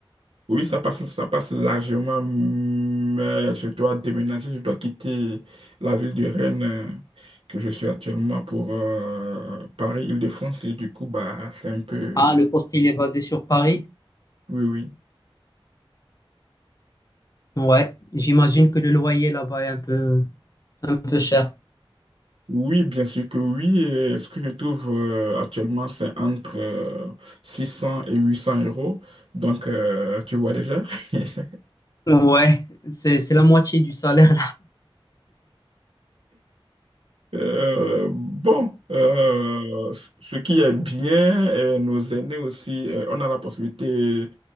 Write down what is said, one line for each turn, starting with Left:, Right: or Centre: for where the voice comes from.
Right: oui, ça passe, ça passe largement, mais je dois déménager, je dois quitter la ville de Rennes euh, que je suis actuellement pour euh, Paris, Île-de-France. Et du coup, bah, c'est un peu...
Left: Ah, le poste, il est basé sur Paris?
Right: Oui, oui.
Left: Ouais, j'imagine que le loyer là-bas est un peu, un peu cher.
Right: Oui, bien sûr que oui. Et ce que je trouve euh, actuellement, c'est entre euh, 600 et 800 euros. Donc, euh, tu vois déjà. <laughs>
Left: Ouais, c'est, c'est la moitié du salaire.
Right: Euh, bon, euh, ce ce qui est bien, et nos aînés aussi, euh, on a la possibilité